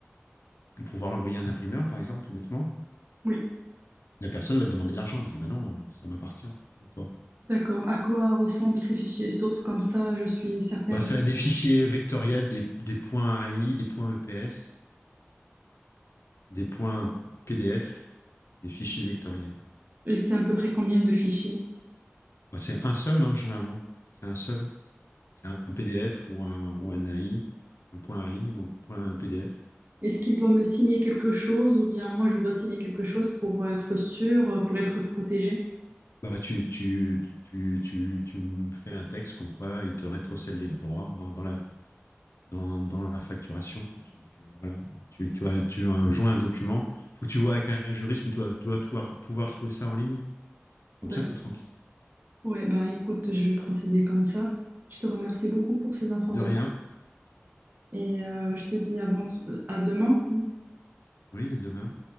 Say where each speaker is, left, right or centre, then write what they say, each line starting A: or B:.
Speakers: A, on the left; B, on the right.
A: pour pouvoir l'envoyer à un imprimeur, par exemple, tout bêtement.
B: Oui.
A: La personne va te demander de l'argent, elle dit bah non, euh, ça m'appartient encore.
B: D'accord. À quoi ressemblent ces fichiers sources comme ça? Je suis certaine.
A: Bah, ça va être des fichiers vectoriels, des, des points AI, des points EPS, des points PDF, des fichiers vectoriels.
B: Et c'est à peu près combien de fichiers?
A: Bah, c'est un seul, hein, généralement. C'est un seul. C'est un PDF ou un, ou un AI, un point AI ou un point PDF.
B: Est-ce qu'il doit me signer quelque chose ou bien moi je dois signer quelque chose pour être sûr, pour être protégé
A: Bah, tu, tu, tu, tu, tu me fais un texte comme quoi il te rétrocède les droits dans, dans la, dans, dans la facturation. quoi. Tu dis que voilà, tu, tu, as, tu as joint un document, faut que tu vois avec un juriste, mais tu dois, tu dois pouvoir, pouvoir trouver ça en ligne. Comme
B: D'accord.
A: ça, tu es tranquille.
B: Ouais, ben écoute, je vais procéder comme ça. Je te remercie beaucoup pour ces informations
A: De rien.
B: et euh, je te dis à, bon, à demain.
A: Oui, à demain.